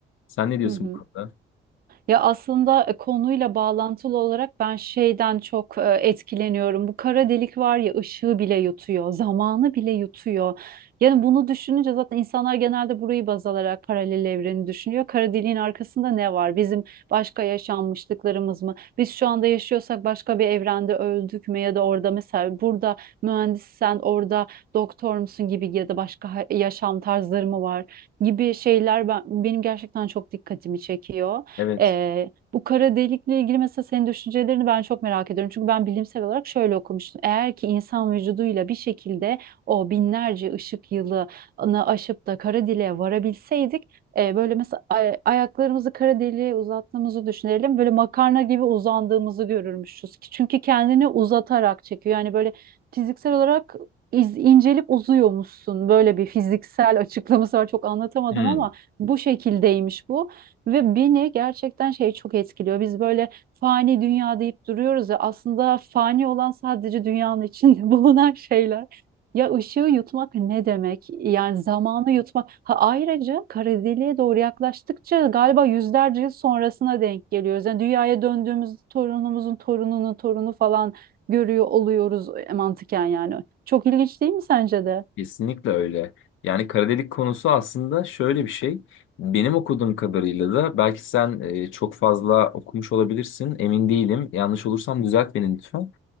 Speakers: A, on the left; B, on the right.
A: Sen ne diyorsun
B: Hı hı.
A: bu konuda?
B: Ya aslında e, konuyla bağlantılı olarak ben şeyden çok e, etkileniyorum. Bu kara delik var ya ışığı bile yutuyor, zamanı bile yutuyor. Yani bunu düşününce zaten insanlar genelde burayı baz alarak paralel evreni düşünüyor. Kara deliğin arkasında ne var? Bizim başka yaşanmışlıklarımız mı? Biz şu anda yaşıyorsak başka bir evrende öldük mü? Ya da orada mesela burada mühendissen, orada doktor musun gibi ya da başka ha- yaşam tarzları mı var gibi şeyler ben, benim gerçekten çok dikkatimi çekiyor.
A: Evet.
B: Ee, bu kara delikle ilgili mesela senin düşüncelerini ben çok merak ediyorum. Çünkü ben bilimsel olarak şöyle okumuştum. Eğer ki insan vücuduyla bir şekilde o binlerce ışık yılını aşıp da kara deliğe varabilseydik e, böyle mesela ay- ayaklarımızı kara deliğe uzattığımızı düşünelim. Böyle makarna gibi uzandığımızı görürmüşüz. Çünkü kendini uzatarak çekiyor. Yani böyle fiziksel olarak iz- incelip uzuyormuşsun. Böyle bir fiziksel açıklaması var. Çok anlatamadım
A: Hmm,
B: ama bu şekildeymiş bu. Ve beni gerçekten şey çok etkiliyor. Biz böyle fani dünya deyip duruyoruz ya aslında fani olan sadece dünyanın içinde <laughs> bulunan şeyler. Ya ışığı yutmak ne demek? Yani zamanı yutmak. Ha, ayrıca kara deliğe doğru yaklaştıkça galiba yüzlerce yıl sonrasına denk geliyoruz. Yani dünyaya döndüğümüz torunumuzun torununun torunu falan görüyor oluyoruz e, mantıken yani. Çok ilginç değil mi sence de?
A: kesinlikle öyle. Yani kara delik konusu aslında şöyle bir şey. Benim okuduğum kadarıyla da belki sen e, çok fazla okumuş olabilirsin. Emin değilim. Yanlış olursam düzelt beni lütfen.